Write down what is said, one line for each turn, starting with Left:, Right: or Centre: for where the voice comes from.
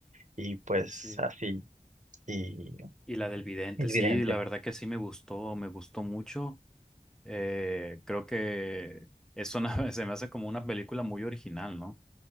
Right: y, pues,
Centre: sí.
Right: así, y
Centre: Y la del vidente,
Right: y
Centre: sí,
Right: evidente.
Centre: la verdad que sí me gustó, me gustó mucho. Eh, creo que es una, <laughs> se me hace como una película muy original, ¿no?